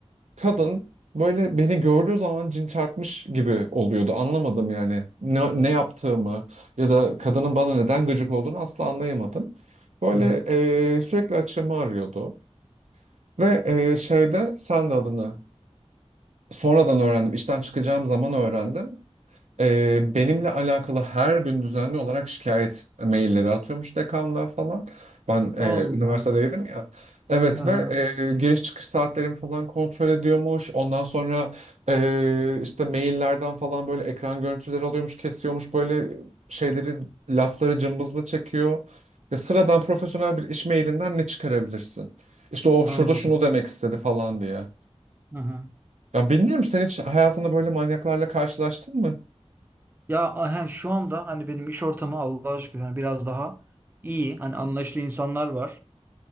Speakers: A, on the right; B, on the right.
A: kadın böyle beni gördüğü zaman cin çarpmış gibi oluyordu. Anlamadım yani ne, ne yaptığımı ya da kadının bana neden gıcık olduğunu asla anlayamadım. Böyle
B: Aha.
A: e, sürekli açığımı arıyordu. Ve e, şeyde sen de adını sonradan öğrendim. İşten çıkacağım zaman öğrendim. Ee, benimle alakalı her gün düzenli olarak şikayet mailleri atıyormuş dekanlığa falan. Ben
B: Allah
A: e, üniversitedeydim
B: Allah.
A: ya. Evet
B: Aha.
A: ve e, giriş çıkış saatlerimi falan kontrol ediyormuş. Ondan sonra e, işte maillerden falan böyle ekran görüntüleri alıyormuş, kesiyormuş. Böyle şeyleri, lafları cımbızla çekiyor. Ya sıradan profesyonel bir iş mailinden ne çıkarabilirsin? İşte o
B: Anladım.
A: şurada şunu demek istedi falan diye.
B: Aha.
A: Ya bilmiyorum sen hiç hayatında böyle manyaklarla karşılaştın mı?
B: Ya aha, şu anda hani benim iş ortamı Allah'a şükür hani biraz daha iyi. Hani anlayışlı insanlar var.